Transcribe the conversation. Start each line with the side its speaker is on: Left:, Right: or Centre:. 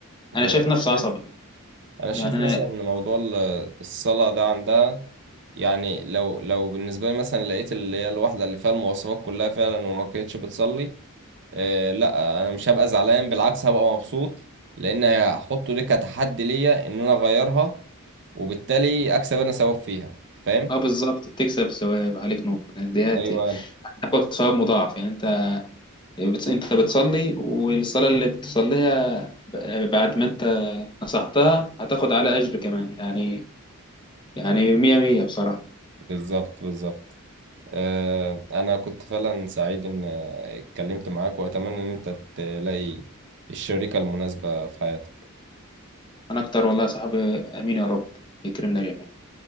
Right: وانا
Left: انا شايف نفسي
Right: شايف
Left: عصبي
Right: انا
Left: يعني
Right: شايف
Left: انا
Right: مثلا ان موضوع ال- الصلاة ده عندها يعني لو لو بالنسبة لي مثلا لقيت اللي هي الواحدة اللي فيها المواصفات كلها فعلا وما كانتش بتصلي آه، لا انا مش هبقى زعلان بالعكس هبقى مبسوط لان هحطه ليه كتحدي ليا ان انا اغيرها وبالتالي اكسب انا ثواب فيها فاهم
Left: اه بالظبط بتكسب ثواب عليك نور يعني ديت
Right: ايوه
Left: هتاخد ثواب مضاعف يعني انت بتص- انت بتصلي والصلاه اللي بتصليها ب- بعد ما انت نصحتها هتاخد على اجر كمان يعني يعني مية مية بصراحه
Right: بالظبط بالظبط آه، انا كنت فعلا سعيد ان آه، اتكلمت معاك واتمنى ان انت تلاقي الشريكة المناسبة في حياتك
Left: انا اكتر والله يا صاحبي امين يا رب يكرمنا جميعا